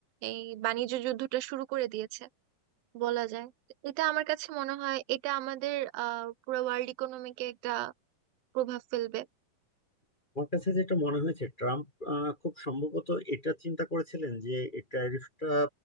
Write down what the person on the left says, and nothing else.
আমার কাছে যেটা মনে হয়েছে ট্রাম্প আহ, খুব সম্ভবত এটা চিন্তা করেছিলেন যে এই ট্যারিফটা